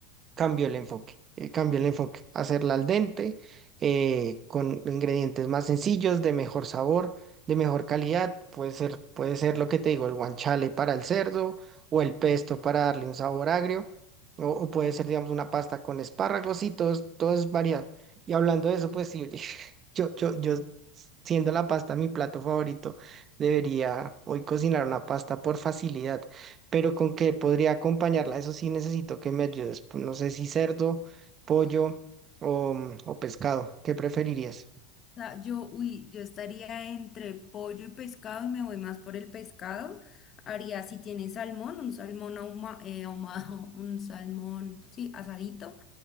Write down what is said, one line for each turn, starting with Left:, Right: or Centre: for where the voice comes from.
Right: cambio el enfoque, eh, cambió el enfoque, hacerla al dente, eh, con ingredientes más sencillos, de mejor sabor, de mejor calidad, puede ser, puede ser lo que te digo, el guanciale para el cerdo o el pesto para darle un sabor agrio, o, o puede ser, digamos, una pasta con espárragos y todo, es- todo es variado. Y hablando de eso, pues sí, <laughs> yo, yo, yo, siendo la pasta mi plato favorito, debería hoy cocinar una pasta por facilidad pero con qué podría acompañarla. Eso sí necesito que me ayudes. Pues, No sé si cerdo, pollo o, mm, o pescado. ¿Qué preferirías?
Left: sea, yo, uy, yo estaría entre pollo y pescado y me voy más por el pescado. Haría, si tiene salmón, un salmón ahuma- eh, ahumado, <laughs> un salmón, sí, asadito.